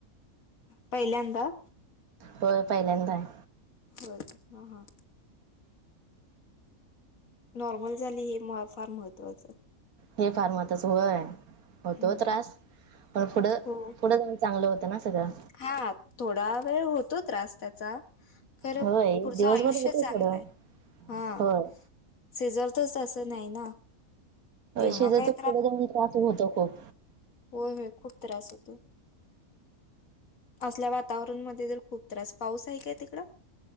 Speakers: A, on the left; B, on the right.
A: पहिल्यांदा
B: होय पहिल्यादा आहे.
A: होय हां हा. नॉर्मल झाली हे फार महत्त्वाचं.
B: हे फार मातच होय होतो
A: हम्म
B: त्रास पण पुढं.
A: हो
B: कुठं जाऊं चांगलं होतं ना सगळं.
A: हा थोडा वेळ होतो त्रास त्याचा खरं
B: होय
A: पुढचं
B: दिवसभर
A: आयुष्य
B: होतय
A: चांगलं
B: थोडं
A: आहे हा
B: होय.
A: शिजवतोच तसं नाही ना. तेव्हा
B: सिजरचं
A: काही
B: पुढे जाऊन त्रास होतो. खूप
A: हो, हो खूप त्रास होतो. असल्या वातावरणा मध्ये जर खूप त्रास पाऊस आहे. काय तिकडं